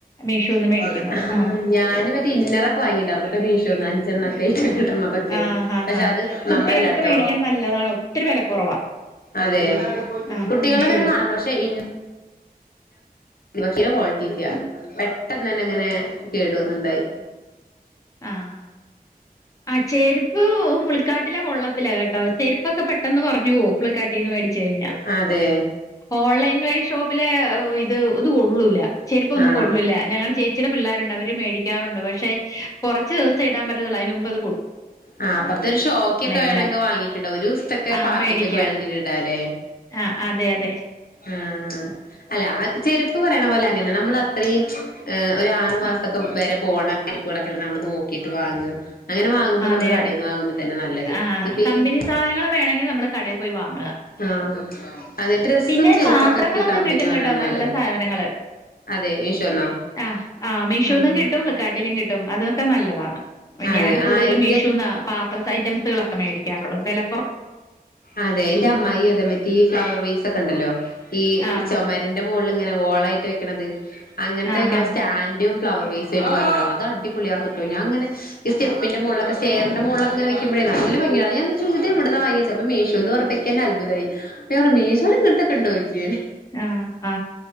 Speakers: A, on the left; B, on the left.
A: മീഷോന്ന് മേടിക്കുന്നത്
B: ഹ
A: ആഹ്
B: ഹ ഞാനുരീ ഇന്നറൊക്കെ വാങ്ങിയിണ്ടായിരുന്നു മേശോന്ന് അഞ്ചെണ്ണക്കെ <inaudible> എന്നതോക്കെ
A: ആഹ് ആഹ്
B: പക്ഷേ
A: ആഹ്
B: അത്
A: കുട്ടികൾക്ക്
B: നന്നല്ലട്ടോ
A: മേടിക്കാൻ നല്ലതാണ് ഒത്തിരി വെലക്കുറവാ
B: അതെ
A: ആഹ്
B: കുട്ടികളെത്
A: മീഷോല്
B: <unintelligible> പക്ഷെ ഇന് ഒരു പക്ഷേ കോളിറ്റി ഇല്ല പെട്ടെന്നെന്നെ അങ്ങനെ കേടുവന്നിണ്ടായി
A: ആ ഹ ചെരുപ്പ് ഫ്ലിപ്കാർട്ടിലെ കൊള്ളത്തില്ല ഏ അ ചേരുപ് പ്പ്ക്കെ പെട്ടെന്ന് പറഞ്ഞുപോകും ഫ്ലിപ്കാർട്ടിന്ന് മേടിച്ചു കഴിഞ്ഞ
B: ആ അതെ
A: ഓൺലൈൻവെൻ ഷോപ്പില് വി ത് അതു കൊള്ളൂല ചെരുപ്പ് ഒന്നും
B: ആ
A: കൊള്ളൂല ഞങ്ങടെ ചേച്ചിടെ പിള്ളേരുണ്ട് അവര് മേടിക്കാറുണ്ട് പക്ഷെ കുറച്ചുദിവസം ഇടാൻ പറ്റത്തേള്ളു അനുമുമ്പതു
B: ആ അപ്പത്തെ ഒരു ഷോയിക്ക് ഒക്കെ
A: എല്ലാം
B: വേണങ്കി വാങ്ങിട്ടിടാം ഒരു ദിവസത്തെ
A: ആ
B: പാർട്ടിക്ക്
A: മേടിക്കാം
B: ഒക്കെ വേണമെങ്കി ഇടാം ല്ലെ
A: ആ അതെ അതെ
B: മ് അല്ല അത് ചെരുപ്പ് പറയണ പോലെ അങ്ങനെ നമ്മള് അത്രയും ആ ഒരു ആറുമാസക്കെ
A: ആ
B: വരെ പോണ അര്പു കളോക്കെ നമ്മൾ നോക്കിയിട്ട് വാങ്ങ അങ്ങനെ വാങ്ങുമ്പോ
A: അതെ
B: നമ്മള് കടയിൽന്ന്
A: അതെ
B: വാങ്ങുമ്പോ തന്നെ നല്ലത്
A: ആ
B: ഇപ്പൊ
A: കമ്പിനിസാധനങ്ങൾ
B: ഈ
A: വേണങ്കിൽ നമ്മൾ കടയിൽ പോയി വാങ്ങ
B: ആഹ് അതെ ഡ്രസ്സും
A: പിന്നെ
B: ചെരുപ്പൊക്കെ
A: പാത്രങ്ങളെക്കെ
B: ഈ കമ്പനി
A: കിട്ടും
B: വാങ്ങണ
A: കെട്ടോ നല്ല
B: നല്ലത്
A: സാധനങ്ങള്
B: അതെ മീഷോന്നോ
A: അ ആ മിശോന്നും
B: ആഹ്
A: കിട്ടും ഫ്ലികാർട്ടിലും കിട്ടും അതക്കെ നല്ലതാണ് ഞ
B: അതെ
A: കൂടുതലും
B: ആഹ് എന്റെ
A: മീശോന്ന പാത്രസൈറ്റം കുട്ടികളൊക്കെ മേടിക്കാറുള്ളത് വെല
B: അതെ എൻ്റെ അമ്മയി അതെ റ്റീ ഈ ഫ്ലവർവൈസ് ഒക്കെ ഉണ്ടല്ലോ ഈ
A: ആ
B: ചുമരിന്റെ മോള്ള് ങ്ങനെ വോളായിട്ട് വെക്ന്ണത് അങ്ങൻത്തെ
A: ആ
B: ക്കണ
A: ആ
B: സ്റ്റാൻന്റും ഫ്ലവർ വൈസ് <unintelligible> അത് അടിപൊളിയാർന്നുട്ടോ ഞാൻ ഇങ്ങനെ സ് ഈ സ്റ്റെപ്പിന്റെ മുകളിൽ ലൊക്കെ ഷെയറിന്റെ മുകളിലൊക്കെ ഇങ്ങനെ വയ്ക്കുമ്പോഴേ നല്ല ഭംഗിയായിരു ഞാൻ ചോദി ഇതെവിടുന്നാ വാങ്ങിയ ച്ചപ്പോ മിശോന്ന് വറപ്പം കിന്നെ അൽഭുതയി ഞവറ മിശോയിൽ ഇങ്ങൻത്തെ ഒക്കെ ഉണ്ടോയ്ച്ചി ഞാന്
A: അ ആ